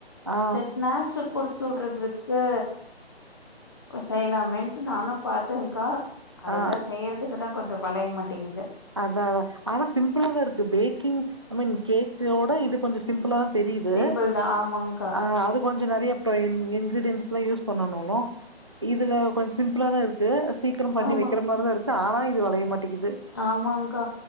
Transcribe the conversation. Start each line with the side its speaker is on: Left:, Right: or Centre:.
Right: ஆ
Left: செ ஸ்நாக்ஸ்ஸ குடுத்துடுறதுக்கு செய்யலாமேன்ட் நானு பாத்தேங்க்கா அதுதா
Right: ஆ
Left: செய்யறதுக்குத்தா கொஞ்சோ வளையமாட்டேங்குது
Right: அதாதா ஆனா சிம்பிலாதா இருக்கு பேக்கிங்மின் கேக்கோட இது கொஞ்சோ சிம்பிளா தெரியுது
Left: சிம்பிள் தா ஆமாங்க்கா
Right: அ அது கொஞ்ச நெறைய ட்ரைன்கின் இன்க்ரீடியன்ஸ்லா யூஸ் பண்ணணாலு இதுல கொஞ்ச சிம்பிளாதா இருக்கு டு சீக்கிரோ பண்ணி
Left: ஆமா
Right: வைக்கிற மார்தா இருக்கு ஆனா இது வளைய மாட்டேங்து
Left: ஆமாங்க்கா